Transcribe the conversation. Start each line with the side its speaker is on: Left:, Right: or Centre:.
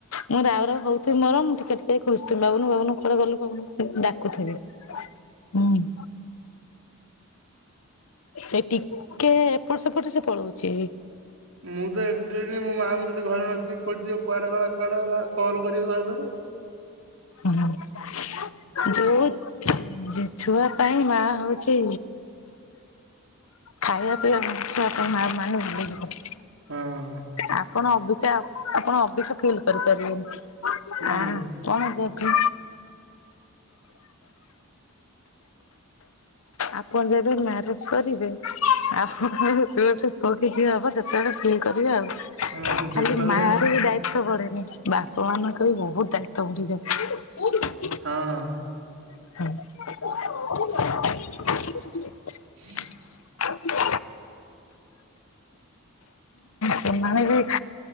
Left: ମୁଁ ରାଉ ରାଉ ହଉଥିବି ମୋର ମୁଁ ଟିକେ ଟିକେ ଖୋଜଥିବି ବାବୁନୁ ବାବୁନଙ୍କୁ କୁଆଡେ ଗଲୁ ବାବୁନୁ ଡାକୁଥିବି। ହୁଁ ସେ ଟିକେ ଏପଟ ସେପଟ ସେ ପଳଉଚି।
Right: ମୁଁ ତ ଏଡେଟେ ହେଲିଣି ମୋ ମା ମତେ ଯଦି ଘରେ ନଥିବି ଖୋଜିବ କୁଆଡେ ଗଲା କୁଆଡେ ଗଲା କଲ କରିବ ସହେଥର।
Left: ଉହୁଁ ଯୋଉ ଛୁଆ ପାଇଁ ମା ହଉଚି ଖାଇବା ପିଇବା ଛୁଆ କଣ ମା ମାନୁ। <unintelligible>
Right: ହଁ।
Left: ଆପଣ ଅବିକା ଆପଣ ଅବିକା ଫିଲ୍ କରିପାରିବେନି
Right: ହୁଁ।
Left: ଆ କଣ ଦେବି ଆପଣ ଯେବେ ମ୍ୟାରେଜ କରିବେ ଆପଣ ସେତେବେଳେଠକୁ ପୁଅ କି ଝିଅ ହବ ଯେତେବେଳେ ଫିଲ୍ କରିବେ ଆଉ।
Right: ହଁ
Left: ଖାଲି
Right: ସେତେବେଳେ
Left: ମାର ବି ଡାୟ ଦ ବଢେନି ବାପା ମାନଙ୍କ ବି ବହୁତ ଦାୟିତ୍ଵ ବଢିଯାଏ।
Right: ହଁ।
Left: <unintelligible>
Right: ହଁ
Left: ହୁଁ। ସେମାନେ ବି